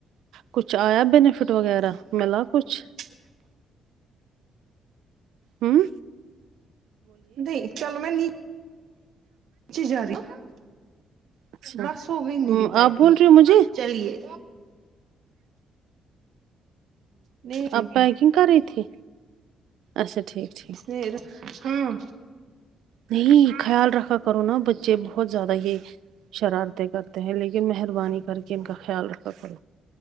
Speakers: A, on the right (about 80°); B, on the right (about 65°).
A: کچھ آیا بینفٹ وغیرہ ملا کچھ
B: <inaudible>
A: ہمم
B: نہیں چلو میں نیچ جا رہی ہوں
A: اچھا
B: بس ہو گئی میری
A: ہوں،
B: پیکنگ
A: آپ بول رہے ہو مجھے
B: چلیے نہیں چونکو
A: آپ پیکنگ کر رہی تھی اچھا ٹھیک ٹھیک
B: نہیںیر ہاں
A: نہیں خیال رکھا کرو نا بچے بہت زیادہ یہ شرارتیں کرتے ہیں لیکن مہربانی کر کے ان کا خیال رکھا کرو